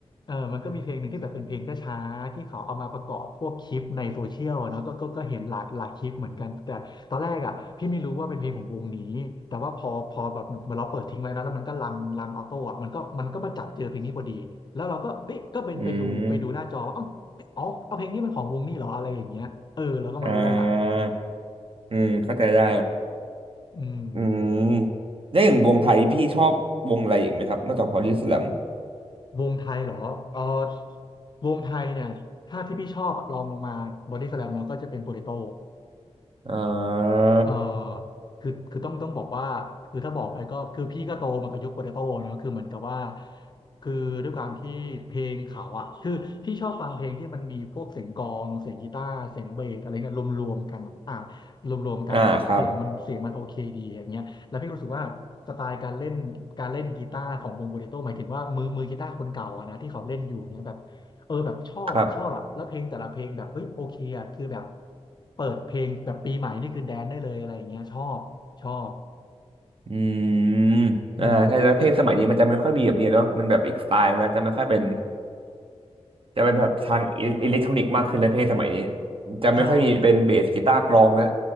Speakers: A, on the left; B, on the right.
A: เออมันก็มีเพลงหนึ่งที่แบบเป็นเพลงช้าๆที่เขาเอามาประกอบพวกคลิปในโซเชียลอะเนาะก็ก็ก็เห็นหลายหลายคลิปเหมือนกันแต่ตอนแรกอ่ะพี่ไม่รู้ว่าเป็นเพลงของวงนี้แต่ว่าพอพอแบบเหมือนเราเปิดทิ้งไว้นะแล้วมันก็รันรันออโต้อะมันก็มันก็มาจับเจอเพลงนี้พอดีแล้วเราก็เอ๊ะก็ไปไปดูไปดูหน้าจอว่าเอ้าเอ๊ะอ๋อเอาเพลงนี้มันของวงนี้เหรออะไรอย่างเงี้ยเออเราก็มารู้ทีหลัง
B: อืมอ่าอืมเข้าใจได้
A: อืม
B: อืมแล้วอย่างวงไทยพี่ชอบวงอะไรอีกไหมครับนอกจากพอดีสแลม
A: วงไทยเหรอเออวงไทยเนี่ย ถ้าที่พี่ชอบลองลงมาบอดี้สแลมเนาะก็จะเป็นโปเตโต้
B: อ่า
A: เอ่อคือ คือต้องต้องบอกว่าคือถ้าบอกไปก็ คือพี่ก็โตมากับยุคโปเตโต้เนอะคือเหมือนกับว่า คือด้วยความที่เพลงเขาอ่ะคือพี่ชอบฟังเพลงที่มันมีพวกเสียงกลองเสียงกีตาร์เสียงเบสอะไรเนี่ยรวมๆกันอะอ่ะรวมๆกันแล้วแบบเสียงมันเสียงมันโอเคดีอย่างเงี้ยแล้วพี่รู้สึกว่าสไตล์การเล่นการเล่นกีตาร์ของวงโปเตโต้หมายถึงว่ามือมือกีตาร์คนเก่าอะนะที่เขาเล่นอยู่เนี่ยแบบ
B: อ่าครับ
A: เออแบบชอบอ่ะชอบอ่ะแล้วเพลงแต่ละเพลงแบบเฮ้ยโอเคอ่ะคือแบบ
B: ครับ
A: เปิดเพลงแบบปีใหม่นี่คือแดนได้เลยอะไรอย่างเงี้ยชอบชอบ
B: อืม
A: อืม
B: อ่าใช่แล้วเพลงสมัยนี้มันจะไม่ค่อยมีแบบนี้เนาะมันแบบอีกสไตล์แล้วจะไม่ค่อยเป็นจะเป็นแบบทางอิเล็กทรอนิกส์มากขึ้นเลยเพลงสมัยนี้จะไม่ค่อยมีเป็นเบสกีตาร์กลองแล้ว
A: ใช่